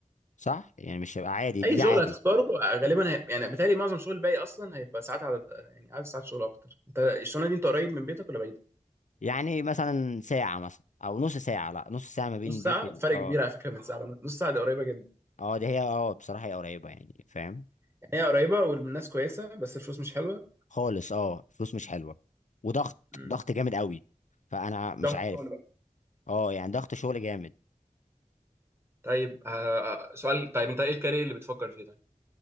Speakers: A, on the left; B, on the right.
A: صح يعني مش هيبقى عادي
B: اي
A: دي, دي
B: شغل
A: عادي
B: هتختاره غالبا هيبقى يعني بتهيألي معظم الشغل الباقي اصلا هيبقى ساعات عدد يعني عدد ساعات شغل اكتر انت الشغلانه دي انت قريب من بيتك ولا بعيد
A: يعني مثلا ساعه مثلا او نص ساعه لا نص ساعه ما بين
B: نص
A: بيت
B: ساعه
A: ال...
B: فرق
A: اه
B: كبير على فكره من ساعه ونص. نص ساعه دي قريبه جدا
A: اه دي هي اه بصراحه هي قريبه يعني فاهم
B: يعني هي قريبه والناس كويسه بس الفلوس مش حلوه
A: خالص اه فلوس مش حلوه وضغط
B: مم.
A: ضغط جامد قوي فانا مش
B: ده
A: عارف
B: شغل بقى
A: اه يعني ضغط شغل جامد
B: طيب آه، سؤال طيب انت ايه الكارير اللي بتفكر فيه طيب